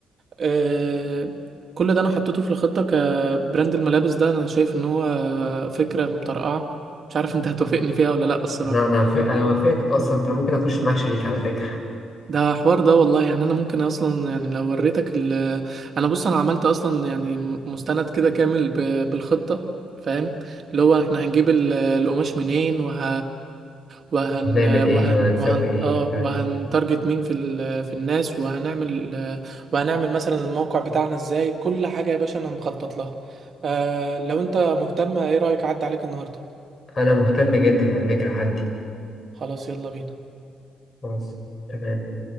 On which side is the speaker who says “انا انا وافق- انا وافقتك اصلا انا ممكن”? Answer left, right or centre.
Left